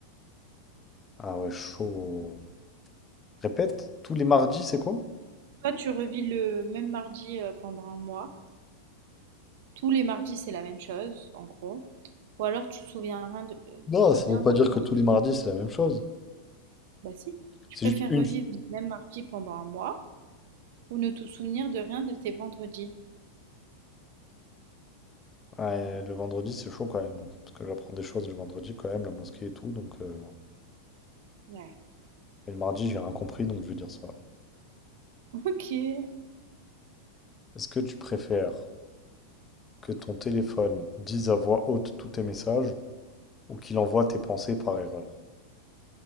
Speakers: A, on the left; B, on the right.
A: Ah ouais, chaud. Répète, tous les mardis, c'est quoi?
B: Toi, tu revis le même mardi, heu, pendant un mois. Tous les mardis, c'est la même chose, en gros. Ou alors tu te souviens rien de
A: Non,
B: de
A: ça
B: rien
A: veut pas
B: de
A: dire
B: tes
A: que
B: vendredis.
A: tous les mardis, c'est la même chose.
B: Bah si, tu
A: C'est
B: préfères
A: juste une.
B: revivre le même mardi pendant un mois ou ne te souvenir de rien de tes vendredis?
A: Ouais, le vendredi, c'est chaud quand même. hein, Parce que j'apprends des choses le vendredi quand même, la mosquée et tout. Donc, euh,
B: Ouais.
A: Et le mardi, j'ai rien compris, donc je vais dire ça.
B: OK.
A: Est-ce que tu préfères que ton téléphone dise à voix haute tous tes messages? Ou qu'il envoie tes pensées par erreur.